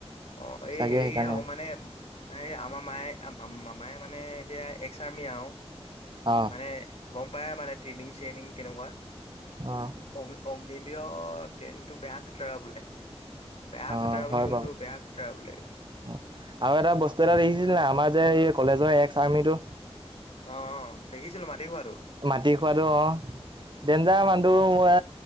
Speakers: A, on the left; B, on the right.
A: অ' এই
B: চাগে
A: হেৰি
B: সেইকাৰণে
A: আ, মানে এই আমাৰ মায়ে মামায় মানে এতিয়া এক্সাৰ্মি আৰু
B: অ
A: মানে গম পায় মানে ট্ৰেইনিং-চ্ৰেইনিং কেনেকুৱা
B: অ
A: অগ্নি-অগ্নি, বি ট্ৰেইনিংটো বেয়া খাটৰা বোলে। বেয়া
B: অ'
A: খাটাৰা বুলি
B: হয়
A: ক'লতো
B: বাৰু
A: বেয়া খাটাৰা বুলি ক'লে
B: আৰু এটা বস্তু এটা দেখিছিল ন আমাৰ যে এই কলেজৰ এক্স আৰ্মিটো।
A: অ', দেখিছিলো মাটি খোৱাটো
B: মাটি খোৱাটো অ' ডেঞ্জাৰ মানুহ বে